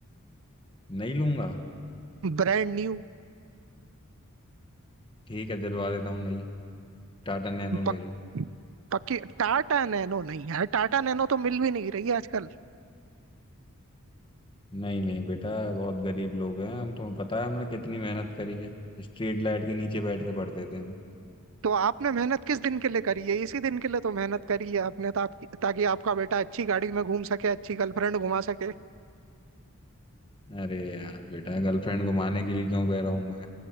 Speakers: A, on the left; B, on the right.
A: नहीं लूंगा
B: Brand new
A: ठीक है दिलवा देता हूँ नहीं टाटा नैनो ले
B: पक,
A: लो
B: पक्की टाटा नैनो नहीं यार टाटा नैनो तो मिल भी नहीं रही है आजकल
A: नहीं नहीं बेटा बहुत गरीब लोग हैं हम तुम्हें पता है हमने कितनी मेहनत करी है स्ट्रीट लाइट के नीचे बैठ के पढ़ते थे हम
B: तो आपने मेहनत किस दिन के लिए करी है इसी दिन के लिए तो मेहनत करी है आपने ताकि ताकि आपका बेटा अच्छी गाड़ी में घूम सके अच्छी गर्लफ्रेंड घुमा सके
A: अरे यार बेटा गर्लफ्रेंड को मारने के लिए क्यों कह रहा हूँ मैं